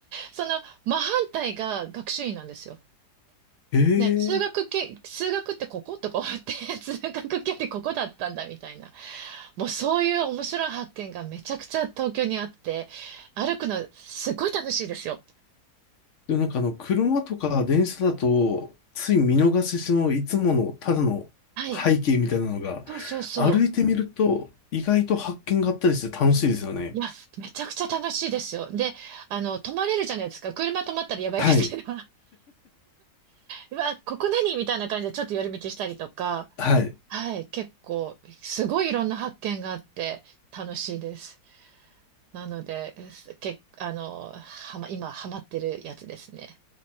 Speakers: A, on the right; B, on the left.
A: その真反対が学習院なんですよ。
B: ええ
A: ね、通学け、通学ってこことか思って、<laughs> 通学距離ここだったんだみたいな。もうそういう面白い発見がめちゃくちゃ東京にあって、歩くのすっごい楽しいですよ。
B: でもなんかあの、車とか電車だと、つい見逃してしまういつものただの背景みたいなのが、
A: はい。そうそうそう。
B: 歩いてみると意外と発見があったりして楽しいですよね。
A: いや、めちゃくちゃ楽しいですよ。で、あの、泊まれるじゃないですか。車止まったらやばいですけど、
B: はい。
A: <laughs> うわ、ここ何みたいな感じでちょっと寄り道したりとか、
B: はい。
A: はい、結構、すごいいろんな発見があって楽しいです。なので、すけ、あの、はま、今ハマってるやつですね。